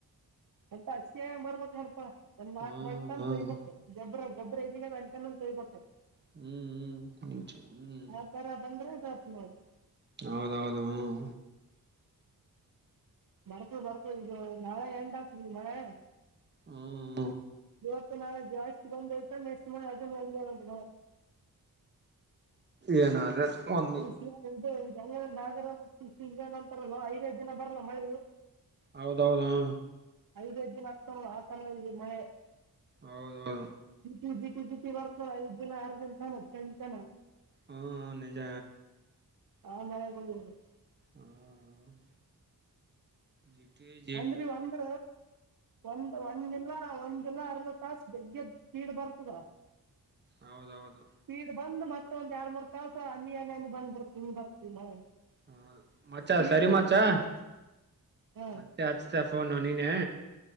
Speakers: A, on the right; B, on the right.
A: ಮತ್ತ ಹಸಿ ಆಗಿ ಬರ್ಬೇಕ ನೋಡ್ಪಾ ಒಂದ್ ನಾಲ್ಕ್
B: ಹ್ಮ್
A: ಬಟ್ಟಟ್ನ್
B: ಹ್ಮ್
A: ತೋಯಿಬೇಕು. ಗೊಬ್ರ ಗಬ್ಬ್ರ ಇದಗ ಅಲ್ಲಿ ತಾಣನು ತೋಯ್ಬೆಕ್.
B: ಹ್ಮ್ ಹ್ಮ್ ಹ್ಮ್.
A: ಆ ತರ ಬಂದ್ರೆ ಇದ ಆತದ ನೋಡು
B: ಹೌದೌದು ಹ್ಮ್.
A: ಬರ್ತದ ಬರ್ತದ ಇದು ನಾಳೆ ಎಂಡ್ ಆಗ್ತದೆ ಮಳೆ.
B: ಹ್ಮ.
A: ಇವತ್ತು ನಾಳು ಜಾಸ್ತಿ ಬಂದೈಐತ ನೆಕ್ಸ್ಟ್ ಮಳೆ ಅದಂಟ.
B: ಏನ ರೆಸ್ಪಾನ್ಸ್ ಒಂದು.
A: ಉಸ್ಲಗ್ ಇದೇ ನಾಗರ ಸೀಸನ್ ಅಂತರ ಐದೈಐದು ದಿನ ಬರಲ್ಲ ಮಳೆ. <unintelligible>
B: ಹೌದೌದಾ..
A: ಐದ್ಐದ್ ಹಾಕ್ತಾನಲ್ಲ ದಿನ ಹಾಕ್ತಾನಲ್ಲ ಅತಾರ ಇದು ಮಳೆ.
B: ಹೌದೌದು.
A: ಜಿಟಿ ಜಿಟಿ ಜಿಟಿ ಬರ್ತಲ್ಲಾ ಐದು ದಿನ ಯಾರಗಂತ ನಮ್ಮ್ ಫ್ರೆಂಡ್ ತಾನೇ.
B: ಹ್ಮ್ ನಿಜ.
A: ಹಾ ಮಳೆ ಗುಳಿಇವ್ರು.
B: ಹಾ ಹಾ ಹಾ. <inaudible> ಜಿಟೈ. <inaudible>
A: ಅಂದ್ರಿ ಒಂದು ಒಂದ ಒಂದು ದಿನ. ಆಲ್ಲ ಒಂದಿಲ್ಲ ಅರ್ಧ ತಸ್ ಬೆಗ್ಗೆದ್ <unintelligible> ಸ್ಪೀಡ್ ಬರ್ತದ.
B: ಹೌದೌದು.
A: ಸೀಡ್ ಬಂದು ಮತ್ತೊಂದ್ ಎರಡ್ ಮೂರ್ ತಾಸ ಹನಿ ಹನಿ ಬಂದಬಿಡುತ್ತೆ ಇಂಗ್ ಬರುತ್ತೆ ಈ ಮಳೆ.
B: ಹ ಮಚ್ಚಾ
A: ಸ್ಪೀಡ್
B: ಸರಿ
A: ಬಂದಿರ್ತಿಲ್ಲ
B: ಮಚ್ಚಾ
A: ಹ
B: ಮತ್ತೆ ಅಚ್ತೀಯಾ ಫೋನು ನೀನೇ.